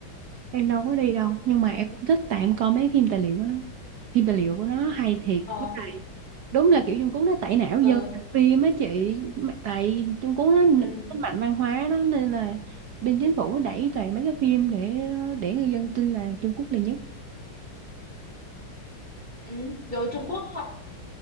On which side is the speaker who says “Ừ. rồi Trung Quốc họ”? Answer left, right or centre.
Left